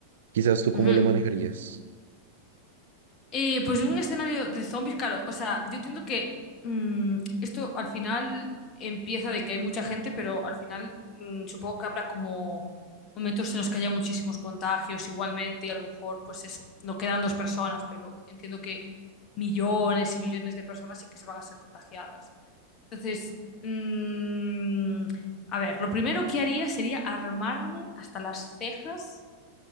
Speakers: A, on the right; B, on the left.
A: Quizás tú cómo
B: Ujú.
A: lo manejarías.
B: Eh, pues un escenario de zombies, claro. O sea, yo entiendo que mm, esto al final empieza de que hay mucha gente, pero al final mm, supongo que habrá como momentos en los que haya muchísimos contagios igualmente y a lo mejor, pues eso, no quedan dos personas, pero entiendo que millones y millones de personas sí que se van a ser contagiadas. Entonces, mm, a ver, lo primero que haría sería armarme hasta las cejas